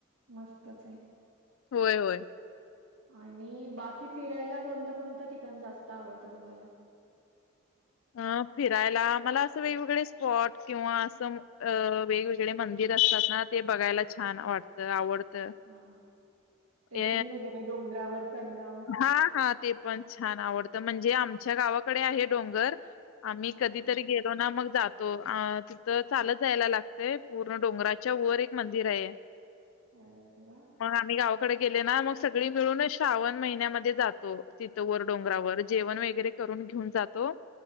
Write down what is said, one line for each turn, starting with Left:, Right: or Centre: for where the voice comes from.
Right: मस्तच आहे.
Left: होय होय.
Right: आणि बाकी फिरायला कोणतं कोणतं ठिकाण जास्त आवडतं तुम्हाला.
Left: अ फिरायला मला असं वेगवेगळे स्पॉट किंवा असं वेगवेगळे मंदिर असतात ना? ते बघायला छान वाटतं आवडतं.
Right: हा ट्रेकिंग
Left: ए
Right: वगैरे डोंगरावर चढणं.
Left: हा हा. ते पण छान आवडत म्हणजे आमच्या गावाकडे आहे डोंगर आम्ही
Right: हां.
Left: कधीतरी गे तो ना मग जातो अ तिथं चालत जायला लागतय पूर्ण डोंगराच्या वर एक मंदिर आहे. <inaudible>
Right: अरे वा!
Left: मग आम्ही गावा कडे गेले ना मग सगळी मिळून श्रावण महिन्यामध्ये जातो तिथं वर डोंगरावर जेवण वगैरे, करून घेऊन जातो